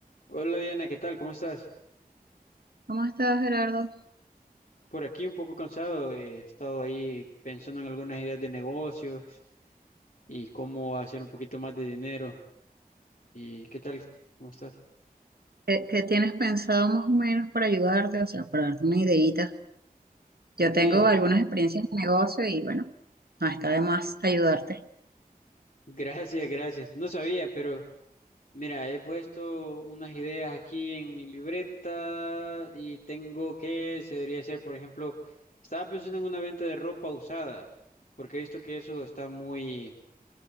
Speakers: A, on the left; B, on the right.
A: Hola Diana, ¿qué tal? ¿Cómo estás?
B: ¿Cómo estás, Gerardo?
A: Por aquí un poco cansado, eh, he estado ahí pensando en algunas ideas de negocios y cómo hacer un poquito más de dinero. ¿Y qué tal? ¿Cómo estás?
B: ¿Qué, qué tienes pensado más o menos para ayudarte? O sea, para darte una ideita. Yo tengo
A: Eh,
B: algunas experiencias de negocio y bueno, no está de más ayudarte.
A: gracias, gracias. No sabía, pero mira, he puesto unas ideas aquí en mi libreta y tengo que, se debería hacer, por ejemplo, estaba pensando en una venta de ropa usada, porque he visto que eso está muy